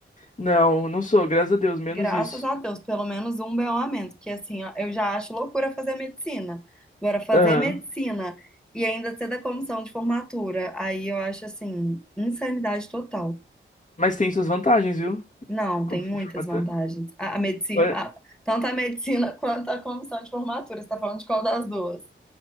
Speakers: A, on the left (about 35°); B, in the centre.
A: Não, não sou, graças a Deus, menos
B: Graças
A: isso.
B: a Deus, pelo menos um BO a menos, porque assim, ó, eu já acho loucura fazer medicina. Agora, fazer
A: Aham.
B: medicina e ainda ser da comissão de formatura, aí eu acho assim, insanidade total.
A: Mas tem suas vantagens, viu?
B: Não, tem
A: Comissão
B: muitas
A: de formatura.
B: vantagens. A, a medicina,
A: Ué,
B: a- tanto a medicina <laughs> quanto a comissão de formatura. Você tá falando de qual das duas?